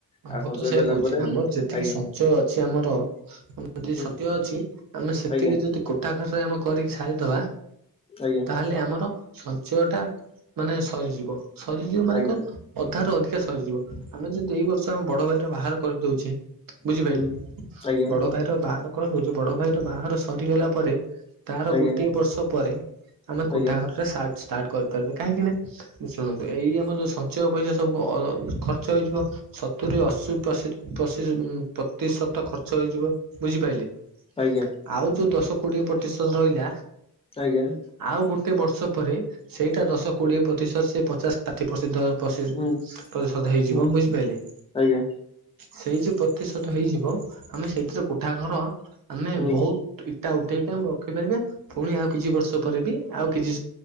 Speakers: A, on the left; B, on the right.
A: ଆଉ
B: ମୁଁ
A: ସଞ୍ଚୟ
B: ତ ସେଇୟା
A: କଲା
B: କହୁଛି,
A: ପରେ
B: ଆମର ଯେତିକି
A: ଆଜ୍ଞା
B: ସଞ୍ଚୟ ଅଛି, ଆମର
A: ହୁଁ
B: ସତୟ ଅଛି ଆମେ ସେତିକି
A: ଆଜ୍ଞା
B: ଯଦି କୋଠା ଘରରେ ଆମ କରିକି ସାରିଦବା
A: ଆଜ୍ଞା
B: ତାହେଲେ ଆମର ସଞ୍ଚୟଟା ମାନେ ସରିଯିବ ସରିଯିବ ମାନେ
A: ଆଜ୍ଞା
B: କଣ ଅଧାରୁୁ ଅଧିକା ସରିଯିବ। ଆମେ ଯଦି ଏଇ ବର୍ଷ ଆମ ବଡ ଭାଇ ର ବାହାଘର କରିଦଉଛି ।ବୁଝିପାଇଲେ
A: ହୁଁ ଆଜ୍ଞା
B: ବଡ ଭାଇର ବାହାର କଣ କହୁଛ ବଡ ଭାଇ ର ବାହାର ସରିଗଲା ପରେ ତାର
A: ଆଜ୍ଞା
B: ଗୋଟିଏ ବର୍ଷ ପରେ। ଆମେ କୋଠା
A: ଆଜ୍ଞା
B: ଘରଟା ସା ଷ୍ଟାର୍ଟ କରିପାରିବେ। କାହିଁକି ନା ଶୁଣନ୍ତୁ ଏଇ ଆମର ଯୋଉ ସଞ୍ଚୟ ପଇସା ସବୁ ଅ ଖର୍ଚ୍ଚ ହେଇଯିବ ସତୁରି ଅଶୀ ପସି ପସି ପ୍ରତିଶତ ଖର୍ଚ୍ଚ ହେଇଯିବ ବୁଝିପାଇଲେ
A: ଆଜ୍ଞା
B: ଆଉ ଯୋଉ ଦଶ କୋଡିଏ ପ୍ରତିଶତ ରହିଲା
A: ଆଜ୍ଞା
B: ।ଆଉ ଗୋଟେ ବର୍ଷ ପରେ ସେଇଟା ଦଶ କୋଡିଏ ପ୍ରତିଶତ ସେ ପଚାଶ ଷାଠି ପ୍ର ପ୍ରତିଶତ
A: ହୁଁ
B: ହେଇଯିବ
A: ହୁଁ
B: ବୁଝିପାରିଲେ
A: ଆଜ୍ଞା।
B: ସେଇ ଯେ ପ୍ରତିଶତ ହେଇଯିବ ଆମେ ସେଇଥିରେ କୋଠା ଘର ଆମେ
A: ହୁଁ
B: ବହୁତ
A: ହୁଁ
B: ଇଟା ଉଠେଇ କେମ ରଖିପାରିବେ ପୁଣି ଆଉ କିଛି ବର୍ଷ ପରେ ବି ଆଉ କିଛି